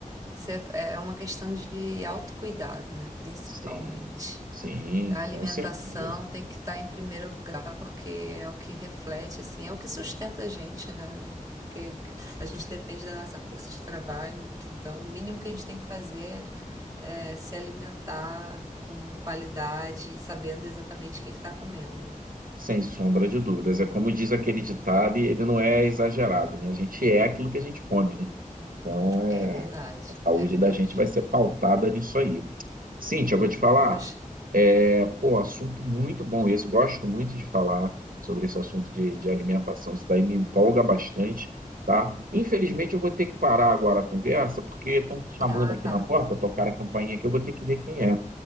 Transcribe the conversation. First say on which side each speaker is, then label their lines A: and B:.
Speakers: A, on the right; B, on the right.
A: isso é, é uma questão de autocuidado, né? Principalmente
B: Sim, sim,
A: a
B: com
A: alimentação
B: certeza.
A: tem que estar em primeiro lugar, porque é o que reflete, assim, é o que sustenta a gente, né? Que a gente depende da nossa força de trabalho, então o mínimo que a gente tem que fazer é se alimentar com qualidade, sabendo exatamente o que está comendo.
B: Sem sombra de dúvidas. É como diz aquele ditado, e ele não é exagerado, né? A gente é aquilo que a gente come, né? Então, é,
A: É verdade,
B: a saúde
A: é verdade.
B: da gente vai ser pautada nisso aí. Cíntia, eu vou te falar.
A: Poxa,
B: É, pô, assunto muito bom esse. Gosto muito de falar sobre esse assunto de, de alimentação. Isso daí me empolga bastante, tá? Infelizmente, eu vou ter que parar agora a conversa, porque estão chamando
A: ah
B: aqui
A: tá,
B: na porta, tocar a campainha aqui, eu vou ter que ver quem é.